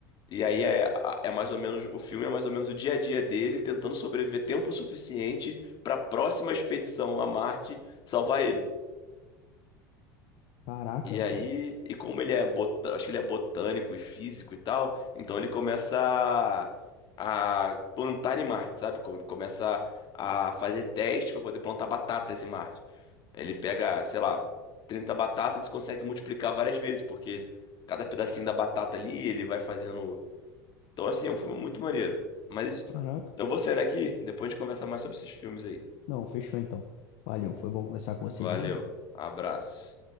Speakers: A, on the left; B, on the left.
A: E aí é, é mais ou menos, o filme é mais ou menos o dia a dia dele tentando sobreviver tempo suficiente pra próxima expedição a Marte salvar ele.
B: Caraca.
A: E aí, e como ele é botânico, acho que ele é botânico e físico e tal, então ele começa a, a plantar em Marte, sabe? Come- Começa a fazer testes para poder plantar batatas em Marte. Ele pega, sei lá, 30 batatas e consegue multiplicar várias vezes, porque cada pedacinho da batata ali ele vai fazendo. Então, assim, é um filme muito maneiro. Mas
B: Caraca.
A: eu vou saindo aqui, depois a gente conversa mais sobre esses filmes aí.
B: Não, fechou então. Valeu, foi bom conversar com você,
A: Valeu,
B: meu amigo.
A: abraço.